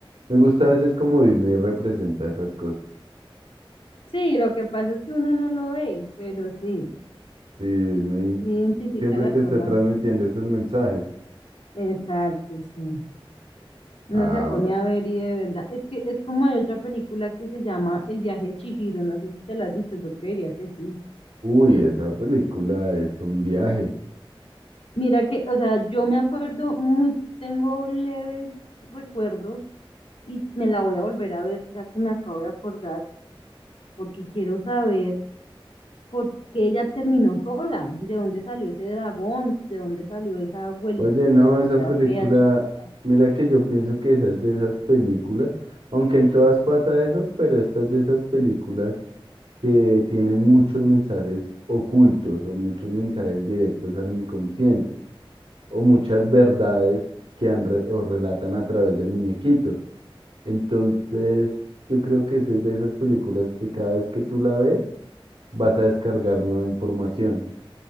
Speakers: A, on the right; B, on the left.
A: Me gusta a veces como Disney representa esas cosas.
B: sí, lo que pasa es que uno no lo ve, pero sí,
A: Sí, Disney
B: sí identifica
A: siempre
B: las
A: te
B: cosas.
A: está transmitiendo esos mensajes.
B: Exacto, sí. No
A: Ah,
B: se pone a ver y de verdad. Es que es como hay otra película que se llama El viaje de Chihiro, no sé si te la has visto, yo creería que sí.
A: uy, esa película es un viaje.
B: Mira que, o sea, yo me acuerdo muy, tengo leves recuerdos y me la voy a volver a ver ya que me acabo de acordar porque quiero saber por qué ella terminó sola, de dónde salió ese dragón, de dónde salió esa abuelita
A: Oye, no, esa película,
B: fea, chiquita.
A: mira que yo pienso que esa es de esas películas, aunque en todas pasa eso, pero esta es de esas películas que tienen muchos mensajes ocultos o muchos mensajes directos al inconsciente o muchas verdades que han re- o relatan a través de muñequitos. Entonces, yo creo que esa es de esas películas que cada vez que tú la ves, vas a descargar nueva información